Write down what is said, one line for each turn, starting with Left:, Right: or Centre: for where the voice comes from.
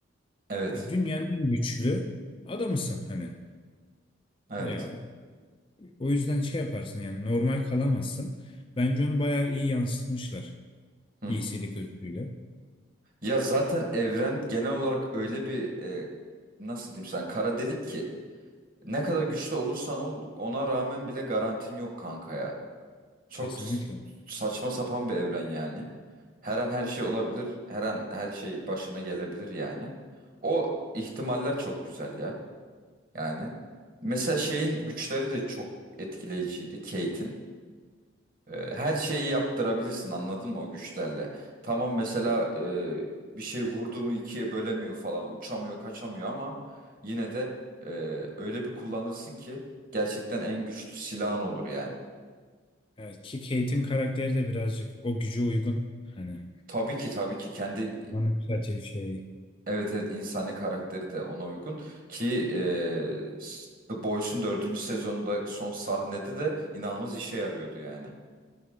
Right: evet,
Left: Ya Dünyanın en güçlü adamısın hani.
Right: evet.
Left: Ya o yüzden şey yaparsın yani normal kalamazsın. Bence onu bayağı iyi yansıtmışlar
Right: Hı
Left: iyisilik
Right: hı.
Left: özgüyle.
Right: Ya zaten evren genel olarak öyle bir e, nasıl diyeyim sana kara delik ki. Ne kadar güçlü olursan ol ona rağmen bile garantin yok kanka ya. Çok
Left: Kesinlikle.
Right: s- saçma sapan bir evren yani. Her an her şey olabilir. Her an her şey başına gelebilir yani. O ihtimaller çok güzel ya. Yani mesela şeyin güçleri de çok etkileyiciydi Kate'in. E, Her şeyi yaptırabilirsin anladın mı o güçlerle? Tamam mesela
Left: Yani,
Right: e, bir şey vurdu mu ikiye bölemiyor falan uçamıyor kaçamıyor ama yine de e, öyle bir kullanırsın ki gerçekten en güçlü silahın olur yani.
Left: Evet, ki Kate'in karakteri de birazcık o güce uygun. Hani
Right: Tabii ki tabii ki kendi
Left: Manipülatif şey.
Right: e, evet evet insani karakteri de ona uygun ki e, s- The Boys'un dördüncü sezonunda son sahnede de inanılmaz işe yarıyordu yani.